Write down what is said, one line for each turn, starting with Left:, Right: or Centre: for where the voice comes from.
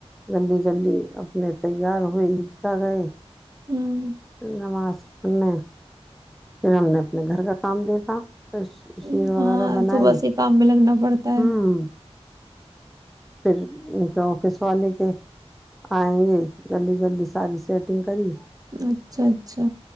Centre: جلدی جلدی اپنے تیار ہوئے عیدگاہ گئے
Right: ہوں
Centre: <unintelligible> نماز <unintelligible> ا <unintelligible> پھر ہم نے اپنے گھر کا <unintelligible> کام دیکھا <unintelligible>
Right: ہوں،
Centre: شیر
Right: ہاں
Centre: وغیرہ بنائی
Right: صبح سے کام میں لگنا پڑتا
Centre: ہوں
Right: ہے
Centre: <unintelligible> پھر ان کیا آفس والے کے آئیں گے جلدی جلدی ساری سیٹنگ کری
Right: اچھا اچھا